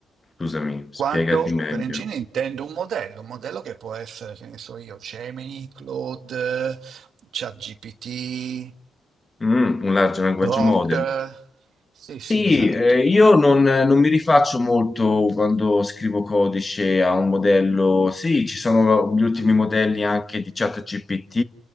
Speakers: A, on the left (about 25°); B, on the right (about 60°).
A: Scusami, spiegati
B: Quando
A: meglio.
B: per engine intendo un modello, un modello che può essere, che ne so io, Gemini, Claude, ChatGPT,
A: Mm, un large language
B: Grok.
A: model.
B: Sì, sì,
A: Sì,
B: esatto.
A: eh, io non, non mi rifaccio molto quando scrivo codice a un modello. Sì, ci sono gli ultimi modelli anche di ChatGPT